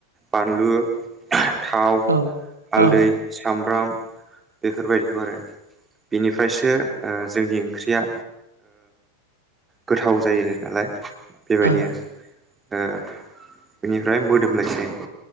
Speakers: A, on the right (about 15°); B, on the right (about 80°).
A: बानलु थाव
B: औ
A: हालदै
B: औ
A: सामब्राम बेफोरबायदिखौ आरो बिनिफ्रायसो जोंनि ओंख्रिया गोथाव जायो नालाय बेबायदि
B: औ
A: आरो ओ बेनिफ्राय मोदोमलायसै